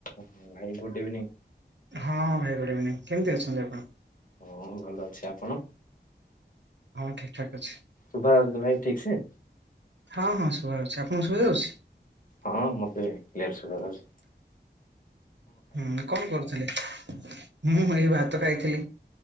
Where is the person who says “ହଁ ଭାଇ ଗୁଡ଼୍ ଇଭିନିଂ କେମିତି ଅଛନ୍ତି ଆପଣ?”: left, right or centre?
Right